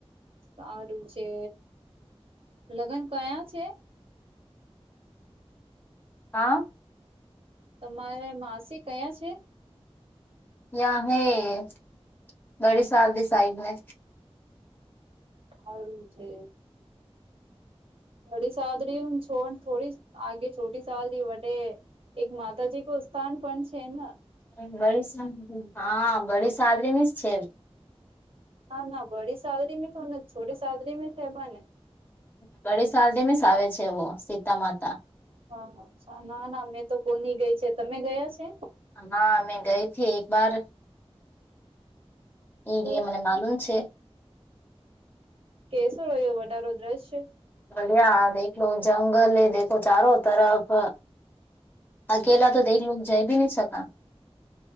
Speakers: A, on the right; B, on the left.
A: સારું છે લગ્ન કયા છે?
B: હા.
A: તમારે માસી કયાં છે?
B: યહા હૈ બડી સાહબકી સાઇડ મે
A: હારુ છે બડી સાધરી છો થોડી આગે છોટી શહેર વટેે એક માતાજી કો સ્થાન પણ છેના
B: ડી હા બડી સાદરી મે છેજ
A: હા ના બડી સાલરી મે તોને છોટી સાલરી મે છે ભને
B: બડી સાલ <inaudible> આવે છે એવો સીતા માતા
A: હા હા ના ના મેં તો કોની ગઈ છે તમે ગયા છે
B: હા મેં ગઈથી એક વાર એ લ
A: તો
B: મને માલુમ છે
A: કેસો રહ્યો વટારો દ્રશ છે
B: બિયા દેખલો જંગલ દેખો ચારો તરફ અકેલા તો દ લોકો જઈ બી નહી શક